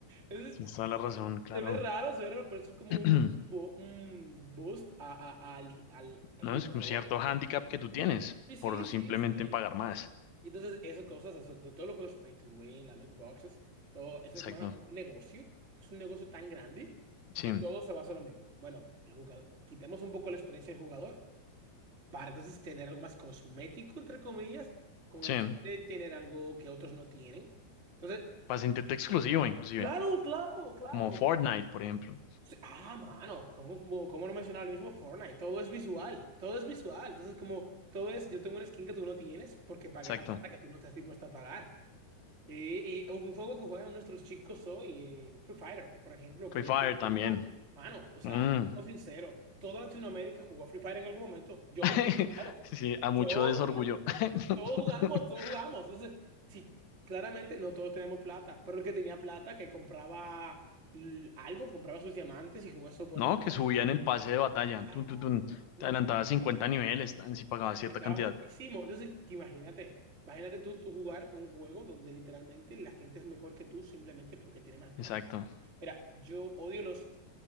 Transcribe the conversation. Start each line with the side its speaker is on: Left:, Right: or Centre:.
Right: Entonces,
Left: Tienes toda la razón, claro.
Right: se ve raro, se ve raro, pero es como
Left: <clears throat>
Right: un, bo- un boost a- a- al, al al
Left: No
Right: jugador.
Left: es como cierto hándicap que tú tienes
Right: Sí, sí,
Left: por
Right: sí,
Left: simplemente
Right: sí.
Left: pagar más.
Right: Y Entonces, esas cosas, eso- de todos los juegos pay to win, las loot boxes, todo eso
Left: Exacto.
Right: es man, un negocio, es un negocio tan grande
Left: Sí,
Right: y todo se basa en lo mismo. Bueno, el jugador, quitemos un poco la experiencia del jugador para entonces tener algo más cosmético, entre comillas, con
Left: sí.
Right: el fin de tener algo que otros no tienen. Entonces,
Left: Para intento exclusivo, inclusive.
Right: claro, claro, claro.
Left: Como Fortnite, por ejemplo.
Right: Sí, Ah, mano, ¿cómo, cómo cómo no mencionar lo mismo Fortnite? Todo es visual, todo es visual. Entonces, como todo es, yo tengo una skin que tú no tienes porque pagué
Left: Exacto.
Right: la plata que tú no estás dispuesto a pagar. Sí, y un juego que juegan nuestros chicos hoy, eh, Free Fire, por ejemplo, que
Left: Free
Right: ya
Left: Fire
Right: tiene tiempo,
Left: también.
Right: mano, o sea,
Left: Mm.
Right: siendo sincero, toda Latinoamérica jugó a Free Fire en algún momento. Yo
Left: <laughs>
Right: jugué a Free Fire.
Left: Sí, a mucho
Right: Yo,
Left: desorgullo.
Right: tenía-
Left: <laughs>
Right: todos jugamos, todos jugamos. Entonces, sí, claramente no todos tenemos plata, pero el que tenía plata, que compraba l- algo, compraba sus diamantes y con eso ponía.
Left: No, que subían el pase de batalla.
Right: Ah,
Left: Tun, tun, tun.
Right: mano.
Left: Te adelantabas 50 niveles tan, si pagabas
Right: Estaba
Left: cierta cantidad.
Right: rotísimo. Entonces, que imagínate, imagínate tú, tú jugar un juego donde literalmente la gente es mejor que tú simplemente porque tiene más plata.
Left: Exacto.
Right: Mira, yo odio los